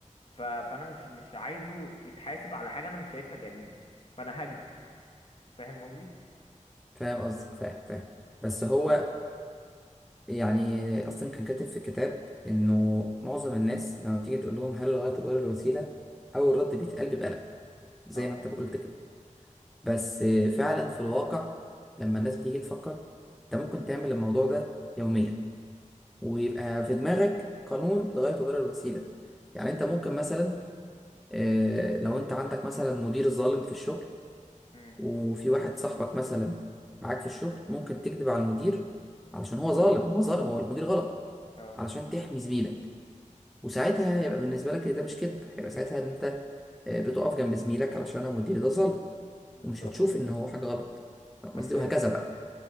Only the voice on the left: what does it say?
ف... فانا مش مش عايزه يتحاسب على حاجة انا مش شايفها جريمة فانا هكذب فاهم قصدي؟
اه
امم
اه
بالظبط
بس